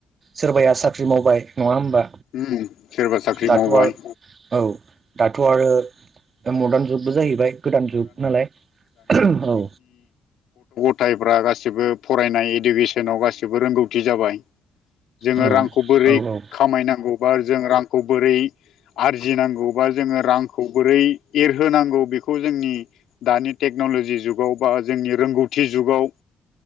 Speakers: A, on the right; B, on the left.
A: सोरबाया साख्रि मावबाय नङा होमबा
B: उम सोरबा साख्रि
A: दाथ'
B: मावबाय
A: आरो औ दाथ' आरो मदार्न जुग बो जाहैबाय गोदान जुग नालाय औ।
B: थायफ्रा गासिबो फरायनाय इडुकेसनाव गासिबो रोंगौथि जाबाय जोङो
A: औ
B: रांखौ बोरै
A: औ औ
B: खामायनांगौ बा जों रांखौ बोरै आरजिनांगौ बा जोङो रांखौ बोरै एरहोनांगौ बेखौ खौ जोंनि दानि टेक्न'ल'जि जुगाव बा जोंनि रोंगौथि जुगाव